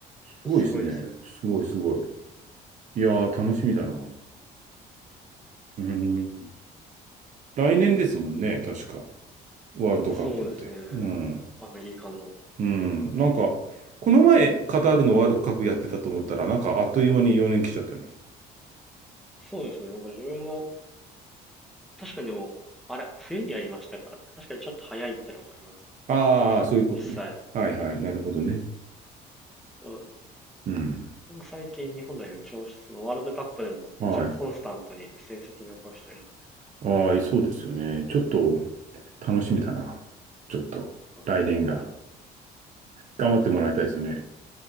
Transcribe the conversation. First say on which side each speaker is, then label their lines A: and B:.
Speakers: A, on the right; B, in the centre.
A: すごいですね。
B: すごいですよね。
A: すごいすごい。いやー、楽しみだな。うん。来年ですもんね、確か。ワールドカップって。
B: そうですね。
A: うん。
B: アメリカの。
A: うん。なんか、この前、カタールのワールドカップやってたと思ったら、なんか、あっという間に4年来ちゃったの。
B: そうですね。なんか自分も確かにでも、あれ、冬にやりましたからね。確かにちょっと早いってのはあります。
A: ああ、そういうことね。
B: 実際。
A: はいはい。なるほどね。
B: でも
A: うん。
B: なんか最近日本代表調子、そのワールドカップでも一応コンスタントに成績残してるので、
A: はい。ああ、そうですよね。ちょっと、楽しみだな。ちょっと、
B: はい
A: 来年が。頑張ってもらいたいですね。